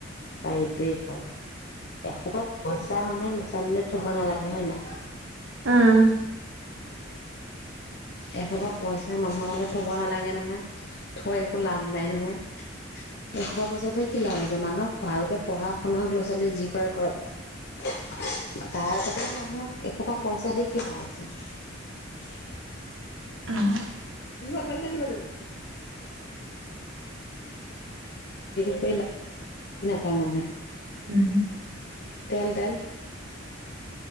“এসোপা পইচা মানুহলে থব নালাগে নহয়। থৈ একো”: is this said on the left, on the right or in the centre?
Left